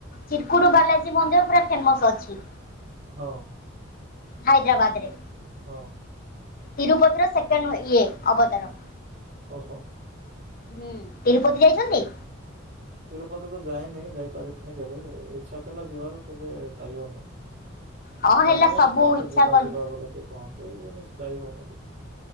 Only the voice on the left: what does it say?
ଚିରକୁଡ ବାଲାଜୀ ମନ୍ଦିର ପୁରା ଫେମସ ଅଛି।
ହାଇଦ୍ରାବାଦରେ।
ତିରୁପତି ର ସେକେଣ୍ଡ ଇଏ ଅବତାର।
ହୁଁ ତିରୁପତି ଯାଇଛନ୍ତି?
ହଁ
ହେଲା ସବୁ
ଇଚ୍ଛା
କରି